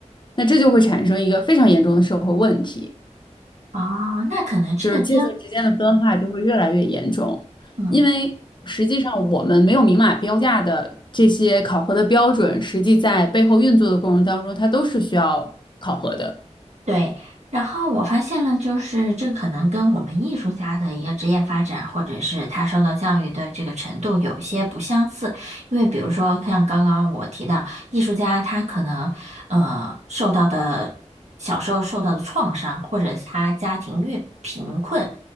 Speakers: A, on the left (about 40°); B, on the right (about 65°).
A: 那这就会产生一个非常严重的社会问题。
B: 哦，那可能这个跟
A: 就是阶层之间的分化就会越来越严重，
B: 嗯。
A: 因为实际上我们没有明码标价的这些考核的标准，实际在背后运作的过程当中，它都是需要考核的。
B: 对，然后我发现了，就是这可能跟我们艺术家的一个职业发展，或者是他受到教育的这个程度有一些不相似。因为比如说，像刚刚我提到，艺术家他可能呃受到的小时候受到的创伤，或者是他家庭越贫困，